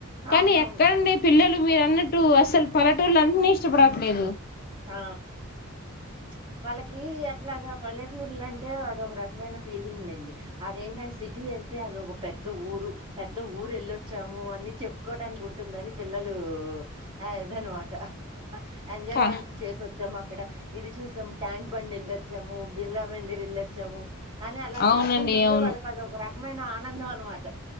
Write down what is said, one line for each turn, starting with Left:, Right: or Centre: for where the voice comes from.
Right: అవునవును.
Left: కానీ ఎక్కడండి పిల్లలు మీరు అన్నట్టు అసలు పల్లెటూర్ల అన్నీ ఇష్టపడట్లేదు.
Right: ఆ చ్ వాళ్ళకి అట్లాగా పల్లెటూర్లంటే అదొక రకమైన ఫీలింగ్ లేండి అదేంటంటే సిటీ వెళ్తే అది ఒక పెద్ద ఊరు పెద్ద ఊరు వెళ్ళొచ్చాము అని చెప్ కూడానికి ఉంటుందని పిల్లలు ఆదన్న మాట ఎంజాయ్మెంట్
Left: కా
Right: చేసి వొచ్చాం మాక్ ఇక్కడ ఇది చూస్ సం ట్యాంక్ బండ్ వెళ్ళొచ్చాము బిర్లా మందిర్ వెళ్ళొచ్చాము. అని అలా
Left: అవునండి
Right: చెప్పుకుంటుంటే
Left: అవును
Right: వాళ్ళకి అదొక రక్ మైన ఆనందం అన్నమాట.